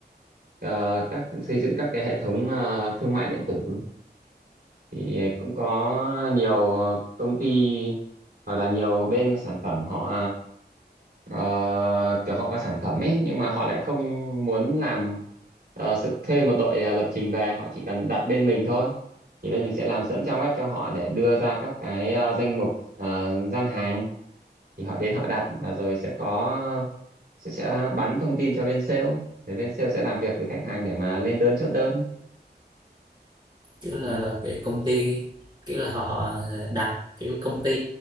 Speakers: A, on the right; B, on the right.
A: ờ, các xây dựng các cái hệ thống ờ, thương mại điện tử thì cũng có nhiều công ty hoặc là nhiều bên sản phẩm họ ờ, kiểu họ có sản phẩm ấy nhưng mà họ lại không muốn làm ờ, sự thuê một đội ờ, lập trình về họ chỉ cần đặt bên mình thôi thì bên mình sẽ làm sẵn trang web cho họ để đưa ra các cái ờ, danh mục ờ, gian hàng thì họ đến họ đặt và rồi sẽ có sẽ sẽ bắn thông tin cho bên sale để bên sale sẽ làm việc với khách hàng để mà lên đơn chốt đơn
B: kiểu là
A: ừ.
B: là cái công ty kiểu là họ họ đặt kiểu công ty